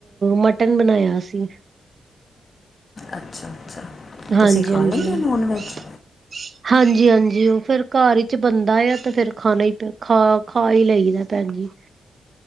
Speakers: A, on the right; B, on the left.
A: ਮਟਨ ਬਣਾਇਆ ਸੀ।
B: ਅੱਛਾ-ਅੱਛਾ,
A: ਹਾਂਜੀ-ਹਾਂਜੀ।
B: ਤੁਸੀਂ ਖਾ ਲੈਂਦੇ ਓ ਨੋਨ-ਵੈਜ?
A: <unintelligible> ਹਾਂਜੀ-ਹਾਂਜੀ, ਉਹ ਫਿਰ ਘਰ'ਚ ਬਨਦਾ ਯਾ, ਤੇ ਫਿਰ ਖਾਣਾ ਹੀ ਖਾ, ਖਾ ਈ ਲਈਦਾ ਭੈਣ ਜੀ। <inaudible>